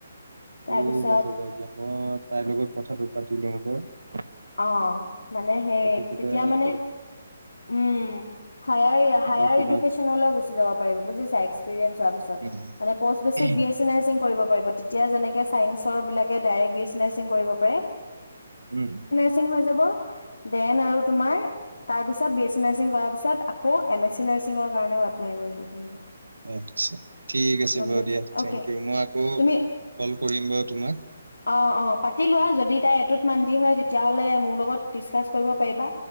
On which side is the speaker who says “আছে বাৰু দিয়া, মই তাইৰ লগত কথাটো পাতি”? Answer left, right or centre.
Right